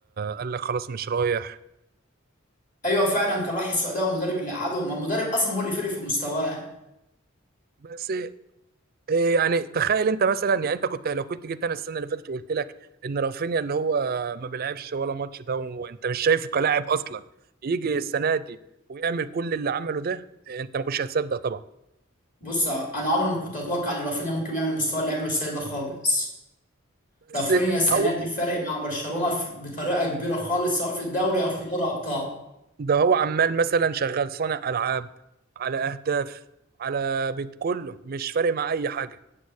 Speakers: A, on the right; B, on the left.
A: قال لك خلاص مش رايح
B: ايوه فعلا كان راح السعوديه والمدرب اللي قعده ما المدرب اصلا هو اللي فرق في مستواه
A: بس آه، يعني تخيل انت مثلا يعني انت كنت لو كنت جيت انا السنه اللي فاتت وقلت لك ان رافينيا اللي هو ما بيلعبش ولا ماتش ده وانت مش شايفه كلاعب اصلا يجي السنه دي ويعمل كل اللي عمله ده آه، انت ما كنتش هتصدق طبعا
B: بص انا عمري ما كنت اتوقع ان رافينيا ممكن يعمل المستوى اللي عمله السنه ده خالص
A: بس
B: رافينيا السنه
A: هو
B: دي فارق مع برشلونه في- بطريقه كبيره خالص سواء في الدوري او في دوري ابطال
A: ده هو عمال مثلا شغال صانع العاب على اهداف على بيت كله مش فارق مع اي حاجه